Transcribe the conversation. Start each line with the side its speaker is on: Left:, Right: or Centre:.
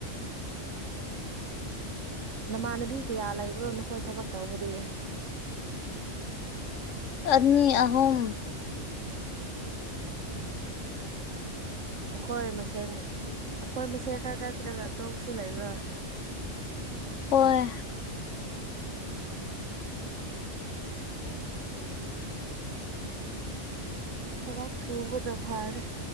Right: ꯅꯃꯥꯟꯅꯕꯤ ꯀꯌꯥ ꯂꯩꯕ꯭ꯔꯣ ꯅꯈꯣꯏ ꯊꯕꯛ ꯇꯧꯕꯗꯤ
Left: ꯑꯅꯤ ꯑꯍꯨꯝ
Right: ꯍꯈꯣꯏ ꯃꯁꯦꯟ ꯑꯩꯈꯣꯏ ꯃꯁꯦꯟꯅ ꯅꯠꯇ꯭ꯔꯒ ꯑꯇꯣꯞꯄꯁꯨ ꯂꯩꯕ꯭ꯔꯥ
Left: ꯑꯣꯏ
Right: ꯊꯕꯛ ꯁꯨꯕꯅ ꯐꯥꯔꯦ